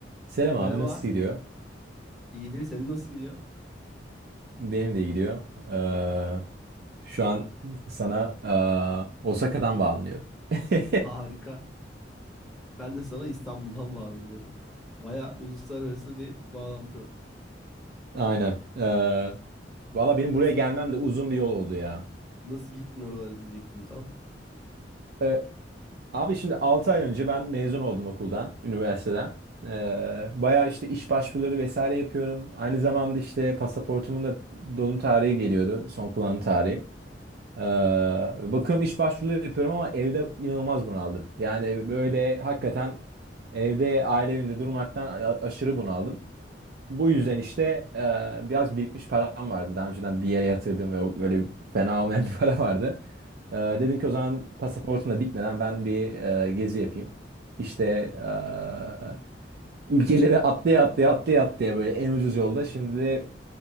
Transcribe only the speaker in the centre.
Merhaba,
iyidir. Senin nasıl gidiyor?
<laughs> Harika. Ben de sana İstanbul'dan <laughs> bağlanıyorum. Baya uluslararası bir bağlantı.
Nasıl
nasıl gittin oralara diyecektim tam.